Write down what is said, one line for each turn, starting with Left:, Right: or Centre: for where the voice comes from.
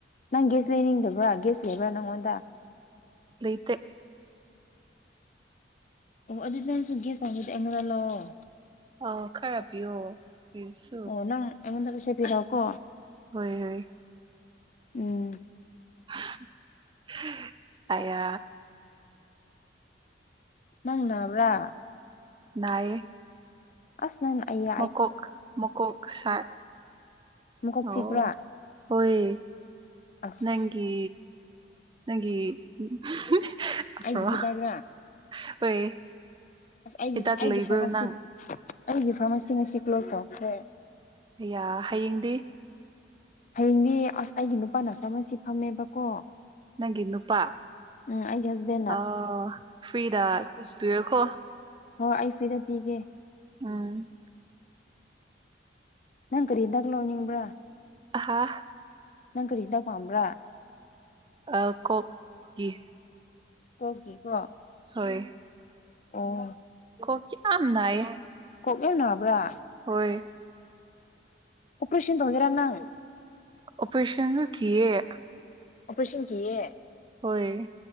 Left: ꯅꯪ ꯒꯦꯁ ꯂꯩꯅꯤꯡꯗꯕ꯭ꯔꯥ ꯒꯦꯁ ꯂꯩꯕ꯭ꯔꯥ ꯅꯪꯉꯣꯟꯗ
Right: ꯂꯩꯇꯦ
Left: ꯑꯣ ꯑꯗꯨꯗ ꯅꯪꯁꯨ ꯒꯦꯁ ꯄꯥꯝꯃꯗꯤ ꯑꯩꯉꯣꯟꯗꯥ ꯂꯧꯋꯑꯣ
Right: ꯑ ꯈꯔ ꯄꯤꯌꯣ ꯏꯁ
Left: ꯑꯣ ꯅꯪ ꯑꯩꯉꯣꯟꯗ ꯄꯩꯁꯦ ꯄꯤꯔꯎꯀꯣ
Right: ꯍꯣꯏ ꯍꯣꯏ
Left: ꯎꯝ
Right: ꯍ <unintelligible> ꯑꯌꯥ
Left: ꯅꯪ ꯅꯥꯕ꯭ꯔꯥ
Right: ꯅꯥꯏꯌꯦ
Left: ꯑꯁ ꯅꯪꯅ ꯑꯌꯦ
Right: ꯃꯀꯣꯛ ꯃꯀꯣꯛ ꯁꯥꯥꯏ
Left: ꯃꯀꯣꯛ
Right: ꯑꯣꯣ
Left: ꯆꯤꯛꯄ꯭ꯔꯥ
Right: ꯍꯣꯏ
Left: ꯑꯁ
Right: ꯅꯪꯒꯤ ꯅꯪꯒꯤ <unintelligible>
Left: ꯑꯩꯒꯤ ꯍꯤꯗꯥꯛꯔꯥ
Right: ꯍꯣꯏ꯫
Left: ꯑꯁ ꯑꯩꯒꯤ
Right: ꯍꯤꯗꯥꯛ
Left: ꯑꯩꯒꯤ
Right: ꯂꯩꯕ꯭ꯔꯣ
Left: ꯐꯥꯔꯃꯥꯁꯤ
Right: ꯅꯪ
Left: ꯑꯩꯒꯤ ꯐꯥꯔꯃꯥꯁꯤ ꯉꯁꯤ ꯀ꯭ꯂꯣꯖ ꯇꯧꯔꯈ꯭ꯔꯦ
Right: ꯑꯌꯥ ꯍꯌꯦꯡꯗꯤ
Left: ꯍꯌꯦꯡꯗꯤ ꯑꯁ ꯑꯩꯒꯤ ꯅꯨꯄꯥꯅ ꯐꯥꯔꯃꯥꯁꯤ ꯐꯝꯃꯦꯕꯀꯣ
Right: ꯅꯪꯒꯤ ꯅꯨꯄꯥ
Left: ꯎꯝ ꯑꯩꯒꯤ ꯍꯁꯕꯦꯟꯗ
Right: ꯑ ꯐꯤꯗꯥꯥ ꯇꯨꯌꯦꯀꯣ
Left: ꯍꯣꯏ ꯑꯩ ꯐ꯭ꯔꯤꯗ ꯄꯤꯒꯦ
Right: ꯎꯝ
Left: ꯅꯪ ꯀꯔꯤꯍꯤꯗꯥꯛ ꯂꯣꯏꯅꯤꯡꯕ꯭ꯔꯥ
Right: ꯑꯍꯥ
Left: ꯅꯪ ꯀꯔꯤ ꯍꯤꯗꯥꯛ ꯄꯥꯝꯕ꯭ꯔꯥ
Right: ꯑ ꯀꯣꯛꯀꯤ
Left: ꯀꯣꯛꯀꯤꯀꯣ
Right: ꯍꯣꯏ
Left: ꯑꯣ
Right: ꯀꯣꯛꯇꯥꯡꯕ ꯌꯥꯝ ꯅꯥꯏꯌꯦ
Left: ꯀꯣꯛ ꯌꯝꯅꯥꯕ꯭ꯔꯥ
Right: ꯍꯣꯏ
Left: ꯑꯣꯄꯔꯦꯁꯟ ꯊꯣꯡꯒꯦꯔ ꯅꯪ
Right: ꯑꯣꯄꯔꯦꯁꯟꯁꯨ ꯀꯤꯑꯦ
Left: ꯑꯣꯄꯔꯦꯁꯟ ꯀꯤꯑꯦ
Right: ꯍꯣꯏ